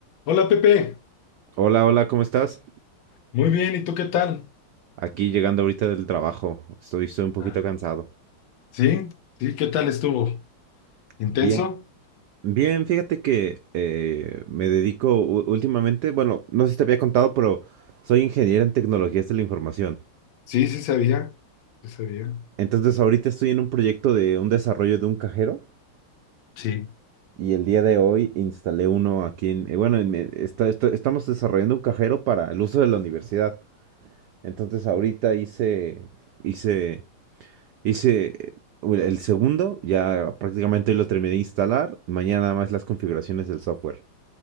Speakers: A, on the left; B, on the right.
A: Hola Pepe,
B: Hola, hola, ¿cómo estás?
A: muy bien, ¿y tú qué tal?
B: Aquí llegando ahorita del trabajo. Estoy, estoy un poquito
A: Ah,
B: cansado.
A: ¿Sí? ¿Sí? ¿Qué tal estuvo? ¿Intenso?
B: Bien. Bien, fíjate que eh, me dedico u- últimamente, bueno, no sé si te había contado, pero soy ingeniero en tecnologías de la información.
A: Sí, sí sabía, sí sabía.
B: Entonces ahorita estoy en un proyecto de un desarrollo de un cajero
A: Sí.
B: y el día de hoy instalé uno aquí en, eh, bueno, en me- está- esto- estamos desarrollando un cajero para el uso de la universidad. Entonces ahorita hice, hice Hice eh, el segundo, ya prácticamente hoy lo terminé de instalar. Mañana nada más las configuraciones del software.